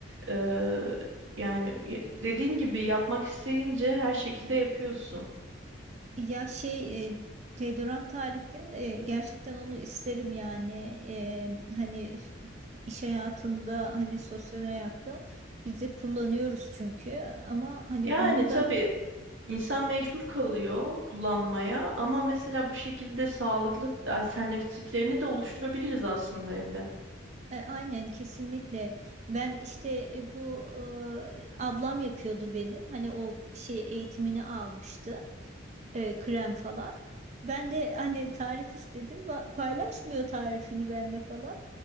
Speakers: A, on the right; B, on the right.
A: Ee, yani y- dediğin gibi yapmak isteyince her şekilde yapıyorsun.
B: Ya şey e, deodorant tarifin e, gerçekten onu isterim yani E, hani iş hayatında hani sosyal hayatta biz de kullanıyoruz çünkü ama hani
A: Yani
B: onun
A: tabii
B: da
A: İnsan mecbur kalıyor kullanmaya ama mesela bu şekilde sağlıklı alternatiflerini de oluşturabiliriz aslında evde.
B: e, aynen kesinlikle ben işte e, bu e, ablam yapıyordu benim hani o şey eğitimini almıştı. e, krem falan. Ben de hani tarif istedim va- paylaşmıyor tarifini benimle falan.